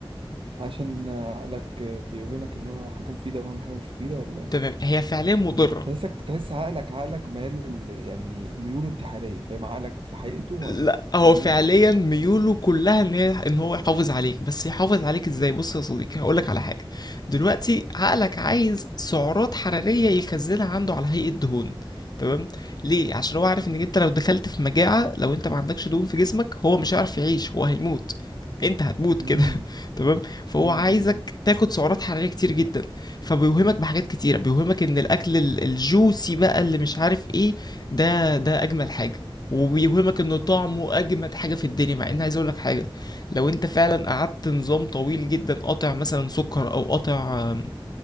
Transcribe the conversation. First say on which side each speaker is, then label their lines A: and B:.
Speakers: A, on the right (about 70°); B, on the left (about 45°).
A: عشان عقلك بيوهمك ان هو حاجه مفيده وهو حاجه مش مفيده ولا
B: تمام هي فعليا مضره
A: تحسك تحس عقلك عقلك ميال لل... يعني ميوله انتحاريه فاهم عقلك في حقيقته هو
B: لا
A: ان-
B: هو
A: ميوله
B: فعليا
A: انتحاريه
B: ميوله كلها ان هي ان هو يحافظ عليك بس يحافظ عليك ازاي بص يا صديقي هقولك على حاجه دلوقتي عقلك عايز سعرات حراريه يخزنها عنده على هيئه دهون تمام ليه عشان هو عارف انك انت لو دخلت في مجاعه لو انت ما عندكش دهون في جسمك هو مش هيعرف يعيش هو هيموت انت هتموت
A: امم
B: كده تمام فهو
A: امم
B: عايزك تاخد سعرات حراريه كتير جدا فبيوهمك بحاجات كتيره بيوهمك ان الاكل ال- الجوسي بقى اللي مش عارف ايه ده ده اجمل حاجه وبيوهمك انه طعمه اجمد حاجه في الدنيا مع ان عايز اقول لك حاجه لو انت فعلا قعدت نظام طويل جدا قاطع مثلا سكر او قاطع آم،